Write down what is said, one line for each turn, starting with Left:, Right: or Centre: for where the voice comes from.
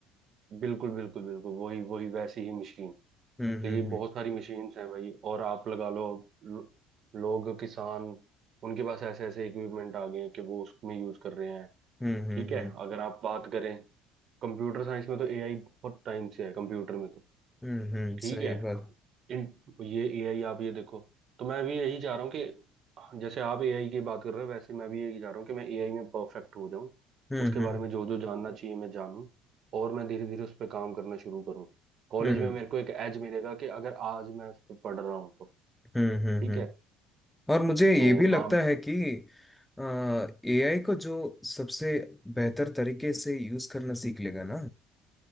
Right: बिल्कुल बिल्कुल बिल्कुल वही वही वैसी ही मशीन
Centre: हम्म
Right: तो
Centre: हम्म
Right: ये बहुत सारी मशीन्स हैं भाई और आप लगा लो लो- लोग किसान उनके पास ऐसे ऐसे इक्विपमेंट आ गए हैं कि वो उसमें यूज कर रहे हैं
Centre: हम्म हम्म
Right: ठीक है
Centre: हम्म
Right: अगर आप बात करें कंप्यूटर साइंस में तो एआई बहुत टाइम से है कंप्यूटर में तो
Centre: हम्म हम्म, हम्म,
Right: ठीक
Centre: सही
Right: है
Centre: बात
Right: इन ये एआई आप ये देखो तो मैं भी यही चाह रहा हूँ कि जैसे आप एआई की बात कर रहे हो वैसे मैं भी यही चाह रहा हूँ कि मैं एआई में परफेक्ट हो जाऊँ
Centre: हम्म
Right: उसके बारे
Centre: हम्म
Right: में जो जो जानना चाहिए मैं जानूँ और मैं धीरे धीरे उस पर काम करना शुरू करूँ कॉलेज
Centre: हम्म
Right: में मेरे को एक एज मिलेगा कि अगर आज मैं उस पर पढ़ रहा हूँ तो
Centre: हम्म हम्म
Right: ठीक
Centre: हम्म।
Right: है
Centre: और मुझे ये
Right: तो
Centre: भी लगता
Right: हाँ
Centre: है कि एआई को जो सबसे बेहतर तरीके से यूज करना सीख लेगा ना